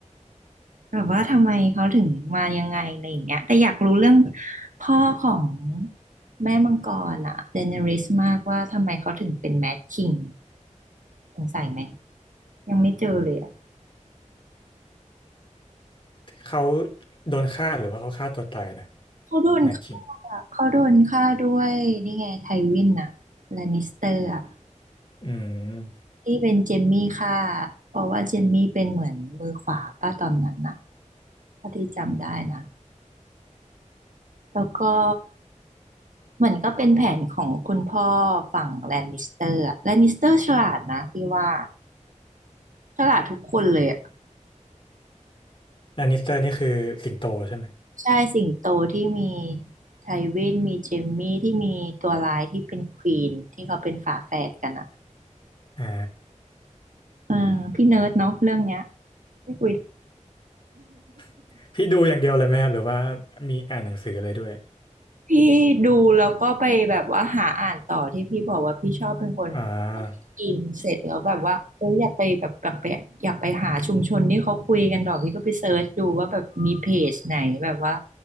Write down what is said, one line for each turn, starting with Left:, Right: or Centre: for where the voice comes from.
Right: แบบว่าทำไมเขาถึงมายังไงอะไรอย่างเงี้ยแต่อยากรู้เรื่องพ่อของแม่มังกรอะเดเนริสมากว่าทำไมเขาถึงเป็นแมดคิงสงสัยไหมยังไม่เจอเลยอะ
Left: เขาโดนฆ่าหรือว่าเขาฆ่าตัวตายนะ
Right: เขาโดนฆ่า
Left: แมทชิ่ง
Right: เขาโดนฆ่าด้วยนี่ไงไทวินอะแลนนิสเตอร์อะ
Left: อืม
Right: ที่เป็นเจมมี่ค่ะเพราะว่าเจมมี่เป็นเหมือนมือขวาป้าตอนนั้นน่ะ้าที่จำได้นะแล้วก็เหมือนก็เป็นแผนของคุณพ่อฝั่งแลนนิสเตอร์อะแลนนิสเตอร์ฉลาดนะพี่ว่าฉลาดทุกคนเลยอะ
Left: แลนนิสเตอร์นี่คือสิงโตใช่ไหม
Right: ใช่สิงโตที่มีไทวินมีเจมมี่ที่มีตัวร้ายที่เป็นควีนที่เขาเป็นฝาแฝดกันอ่ะ
Left: อ่า
Right: เออพี่เนิร์ดเนาะเรื่องเนี้ยไม่คุย
Left: <laughs> พี่ดูอย่างเดียวเลยไหมครับหรือว่ามีอ่านหนังสือเลยด้วย
Right: พี่ดูแล้วก็ไปแบบว่าหาอ่านต่อที่พี่บอกว่าพี่ชอบเป็นคน
Left: อ่า
Right: กินเสร็จแล้วแบบว่าเอออยากไปแบบกลับไปอยากไปหาชุมชนที่เขาคุยกันต่อกพี่ก็ไปเซิร์ชดูว่าแบบมีเพจไหนแบบว่า